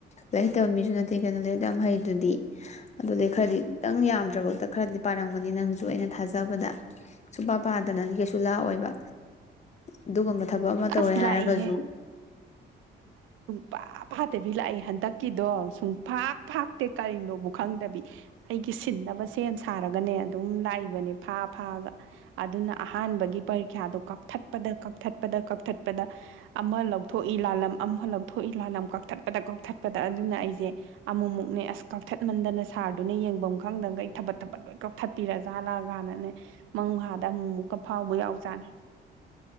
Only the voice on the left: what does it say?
ꯂꯥꯏ ꯍꯩꯇꯕ ꯃꯤꯁꯨ ꯅꯠꯇꯦ ꯀꯩꯅꯣ ꯂꯥꯏꯔꯤꯛ ꯑꯗꯝ ꯍꯩꯗꯨꯗꯤ ꯑꯗꯨꯗꯤ ꯈꯔꯗꯤ ꯈꯤꯇꯪ ꯌꯥꯝꯗ꯭ꯔꯕꯛꯇ ꯈꯔꯗꯤ ꯄꯥꯔꯝꯒꯅꯤ ꯅꯪꯁꯨ ꯑꯩꯅ ꯊꯥꯖꯕꯗ ꯁꯨꯡꯄꯥ ꯄꯥꯗꯅꯗꯤ ꯀꯩꯁꯨ ꯂꯥꯛꯑꯣꯏꯕ ꯑꯗꯨꯒꯨꯝꯕ ꯊꯕꯛ ꯑꯃ ꯇꯧꯔꯦ
ꯍꯥꯏꯔꯒꯁꯨ